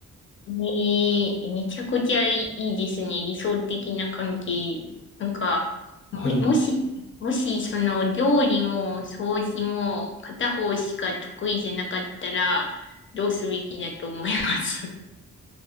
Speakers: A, on the left; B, on the left.
A: ねえ、めちゃくちゃいい、いいですね。理想的な関係。なんか、も、
B: <laughs> はい。
A: もし、もし、その、料理も掃除も片方しか得意じゃなかったら、どうすべきだと思います。